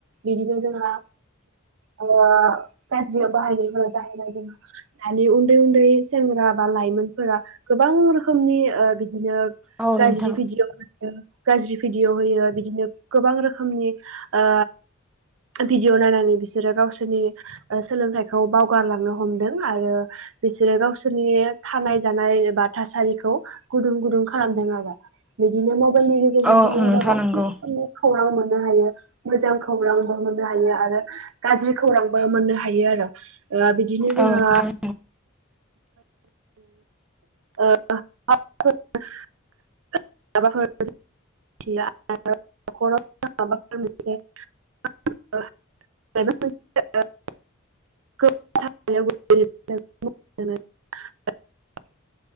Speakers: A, on the right; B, in the centre.
A: बिदिनो जोंहा ओ गाज्रियाव बाहायनाय जाहैबाय जोङो दानि उन्दै उन्दै सेंग्रा बा ला लाइमोन फोरा गोबां रोखनि बिदिनो
B: औ
A: गाज्रि
B: नोंथां
A: भिदिअ गाज्रि भिडिअ' होयो बिदिनो गोबां रोखोमनि ओ भिडिअ' नायनानै बिसोरो गावसोरनि ओ सोलोंथाइखौ बावगारलांनो हमदों आरो बिसोरो गावसोरनि थानाय जानाय बा थासारिखौ गुदुं गुदुं खालामदों आरो बिदिनो मबाइलनि गेजेरजों
B: औ
A: जों
B: नोंथां
A: गोबां
B: नंगौ
A: रोखोमनि खौरां मोनो मोननो हायो मोजां खौरांबो मोननो हायो आरो गाज्रि खौरांबो मोननो हायो आरो ओ बिदिनो जोंहा
B: औ नोंथां
A: ओ <unintelligible> ओ <unintelligible> <unintelligible> <unintelligible> <unintelligible> <unintelligible>